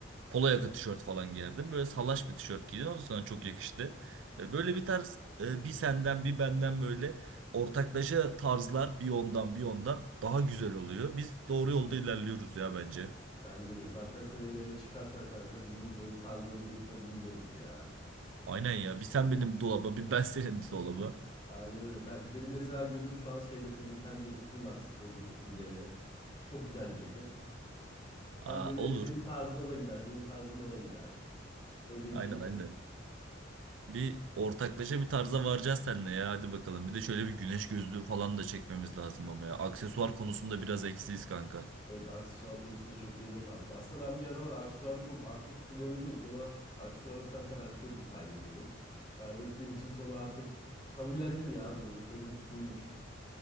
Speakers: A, on the right; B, on the left.
A: polo yaka tişört falan giyerdim. Böyle salaş bir tişört giydim ama sana çok yakıştı. E, Böyle bir tarz e, bir senden bir benden böyle ortaklaşa tarzlar bir ondan bir ondan daha güzel oluyor. Biz doğru yolda ilerliyoruz ya bence.
B: Bence de. Zaten seneyi de eve çıkarsa kanka bizim böyle tarzları direkt kombinleriz ya.
A: Aynen ya. Bir sen benim dolaba bir ben senin dolaba.
B: Aynen öyle. Ben, benim mesela gözüm şu an şeyde senin bir tane ceketin var. Spor ceketin deri. Çok güzel bir ceket.
A: Aa,
B: Tam böyle
A: olur.
B: senin tarzına da gider. Benim tarzıma da gider. Öyle
A: Aynen
B: bir ceket.
A: aynen. Bir ortaklaşa bir tarza varacağız seninle ya hadi bakalım. Bir de şöyle bir güneş gözlüğü falan da çekmemiz lazım ama ya. Aksesuar konusunda biraz eksiyiz kanka.
B: Evet aksesuar konusunda çok geride kaldık. Aslında ben bir aralar aksesuarı çok aktif kullanıyordum da sonra aksesuarı kanka ben sürekli kaybediyorum. Kaybettiğim için sonra artık kabullendim ya durumu. Dedim buymuş.